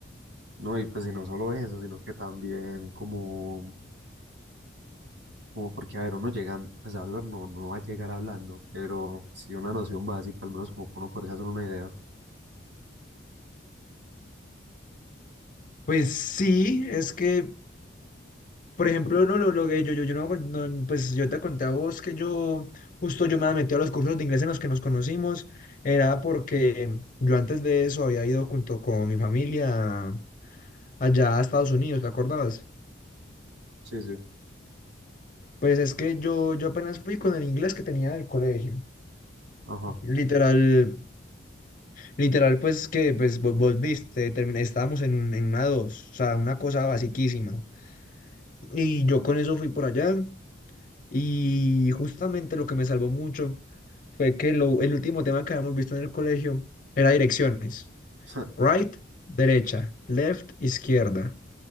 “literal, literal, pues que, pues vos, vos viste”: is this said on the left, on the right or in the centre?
Left